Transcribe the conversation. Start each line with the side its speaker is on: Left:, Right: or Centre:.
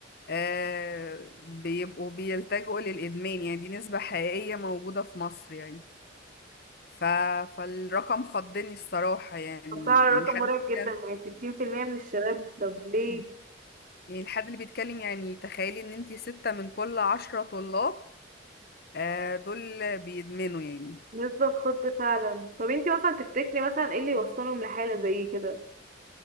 Left: آه بيبقوا بيلجأوا للإدمان يعني دي نسبة حقيقية موجودة في مصر يعني ف... فالرقم خضني الصراحة يعني
Right: بصراحة الرقم
Left: يعني حد
Right: مرعب جدا
Left: كان
Right: يعني ستين في المية من الشباب طب
Left: <clears throat>
Right: ليه؟
Left: يعني الحد اللي بيتكلم يعني تخيلي ان انتي ستة من كل عشرة طلاب آه دول بيدمنوا يعني
Right: نسبة خض فعلا طب انت مثلا تفتكري مثلا ايه اللي يوصلهم لحالة زي كده؟